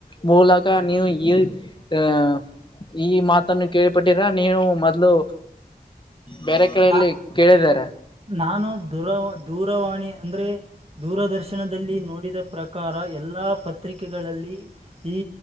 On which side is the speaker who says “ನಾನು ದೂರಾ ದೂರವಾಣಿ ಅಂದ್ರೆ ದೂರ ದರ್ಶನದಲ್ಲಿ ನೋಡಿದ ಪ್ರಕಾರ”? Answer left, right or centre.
Right